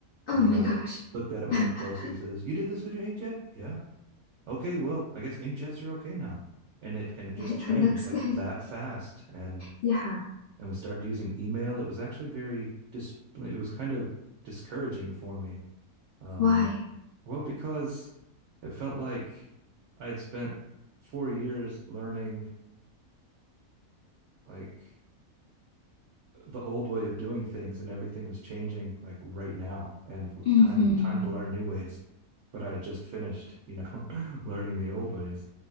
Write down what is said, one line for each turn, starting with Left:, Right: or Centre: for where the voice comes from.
Left: Oh
Right: And
Left: my
Right: the guy
Left: gosh.
Right: like looked at it
Left: <laughs>
Right: more closely. He says, you did this with your inkjet? Yeah okay, well, I guess inkjets are okay now. And it and it just
Left: It
Right: changed
Left: looks
Right: like
Left: good.
Right: that fast. And
Left: Yeah.
Right: and we started using email. It was actually very dis it was kind of discouraging for me. Um,
Left: Why?
Right: well, because it felt like I had spent four years learning like the old way of doing things and everything was changing like right now and
Left: hmm
Right: time time to learn new ways. But I had just finished, you know, <laughs> learning the old ways.